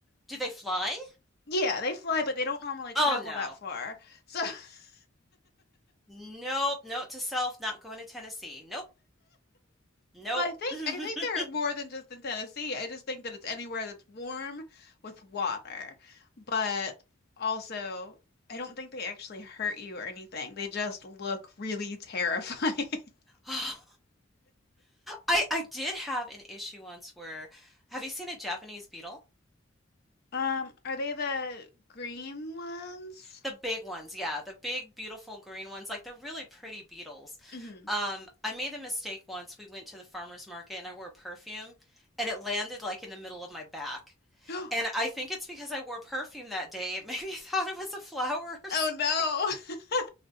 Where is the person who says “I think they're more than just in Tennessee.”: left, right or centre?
Left